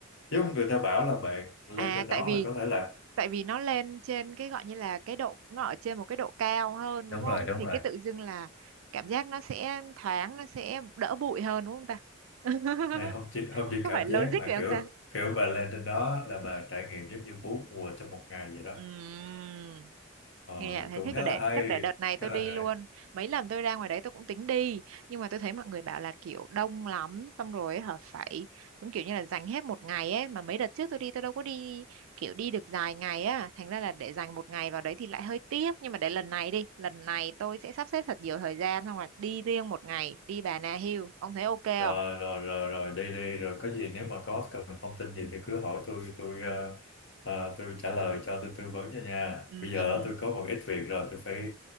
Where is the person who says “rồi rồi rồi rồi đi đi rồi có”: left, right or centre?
Left